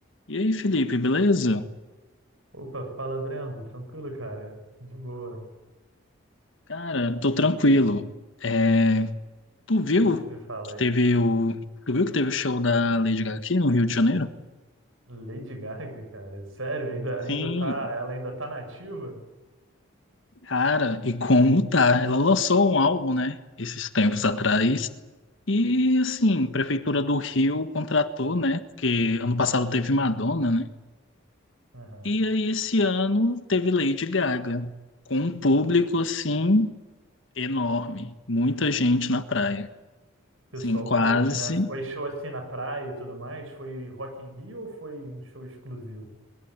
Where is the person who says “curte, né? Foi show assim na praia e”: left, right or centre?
Right